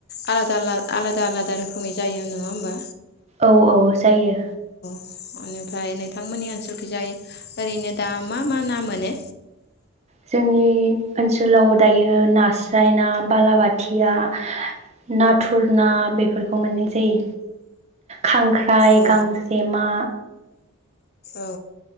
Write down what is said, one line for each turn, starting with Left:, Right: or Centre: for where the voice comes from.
Left: आलादा-आला-आलादा-आलादा रोखोमै जायो नङा होमबा?
Right: औ-औ जायो।
Left: अनेक। ओमफ्राय नोंथांमोननि ओनसोलखैजाय ओरैनो दा मा-मा ना मोनो?
Right: जोंनि ओनसोलाव दायो नास्राय ना, बालाबाथिया, नाथुर ना बेफोरखौ मोननाय जायो खांख्रा। फ्राइ
Left: औ
Right: गांजेमा।
Left: औ